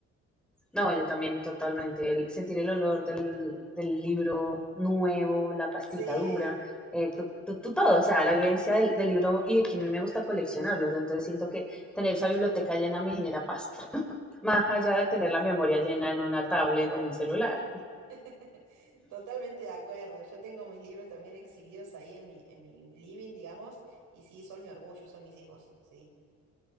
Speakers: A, in the centre; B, on the right.
A: No, yo también totalmente. El- sentir el olor del, del libro nuevo, la pastita
B: Sí,
A: dura, eh, tú, tú- tú todo, o sea, la vivencia del, del libro y que a mí me gusta coleccionarlos, entonces siento que tener esa biblioteca llena me genera paz, <laughs> más allá de tener la memoria llena en una tablet o un celular.
B: <laughs> totalmente de acuerdo. Yo tengo mis libros también exhibidos ahí en mi, en mi living, digamos, y sí, son mi orgullo, son mis hijos, sí.